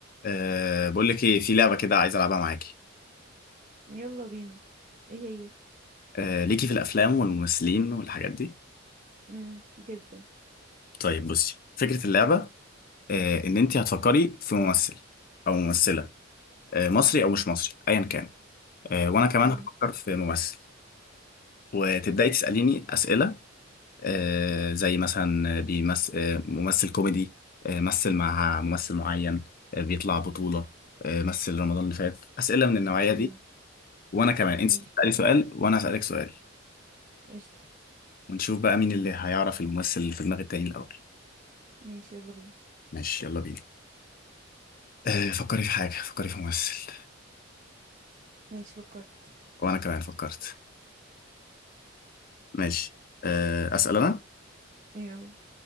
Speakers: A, on the left; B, on the right.
A: أه بقول لك ايه في لعبه كده عايز العبها معاكي
B: يلا بينا ايه هي
A: أه ليكي في الافلام والممثلين والحاجات دي
B: امم جدا
A: طيب بصي فكره اللعبه أه ان انت هتفكري في ممثل او ممثله أه مصري او مش مصري ايا كان أه وانا كمان
B: امم
A: هفكر في ممثل وتبداي تساليني اسئله أه زي مثلا بيمثل أه ممثل كوميدي أه مثل مع ممثل معين أه بيطلع بطوله أه مثل رمضان اللي فات اسئله من النوعيه
B: امم
A: دي وانا كمان انت
B: ماشي
A: تسالي سؤال وانا اسالك سؤال
B: قشطة
A: ونشوف بقى مين اللي هيعرف الممثل اللي في دماغ التاني الأول
B: ماشي يلا بينا
A: ماشي يلا بينا أه فكري في حاجة فكري في ممثل
B: ماشي فكرت
A: وأنا كمان فكرت ماشي أه أسأل أنا
B: يلا